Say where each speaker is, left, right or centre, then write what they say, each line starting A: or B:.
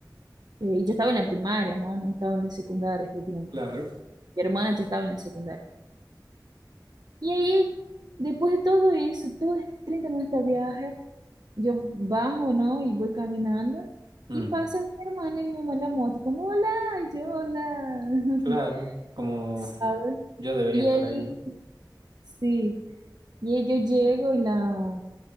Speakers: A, on the right; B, on the right.
A: Eh, y yo estaba en la primaria, ¿no? No estaba en la secundaria este tiempo.
B: Claro,
A: Mi hermana ya estaba en la secundaria. Y ahí, después de todo eso, todos estos 30 minutos de viaje, yo bajo, ¿no? Y voy caminando.
B: Mm,
A: Y pasa mi hermana y mi mamá en la moto, como, hola, y yo, hola, <laughs>
B: claro, como
A: ¿sabes?
B: yo debería
A: Y
B: estar
A: ahí,
B: ahí, ¿no?
A: sí, y ahí yo llego y la,